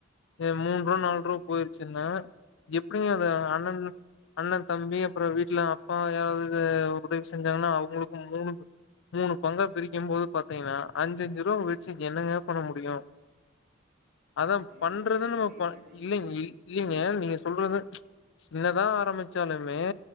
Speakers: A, on the left (about 65°); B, on the right (about 45°).
A: ஏ மூணு ரூவா
B: ஆமா,
A: நாலு ரூபா
B: ஆமாங்க.
A: போயிருச்சுனா எப்டிங்க அது அண்ணன் அண்ண தம்பி ஆப்ரோ வீட்ல அப்பா யாராவது உதவி செஞ்சாங்கன்னா அவங்களுக்கு மூணு மூணு பங்கா பிரிக்கும்போது பாத்தீங்கன்னா அஞ்சு அஞ்சு ரூபா வெச்சுங் என்னங்க பண்ண முடியும் அதான் பண்றது
B: இது அது ப- அப்படி
A: நம்ம பண்
B: இல்லாட்டி
A: இல்லங்
B: ம்.
A: இல்லங்க நீங்க சொல்றது என்னதான் ஆரம்பமிச்சாலுமே
B: ஒ இ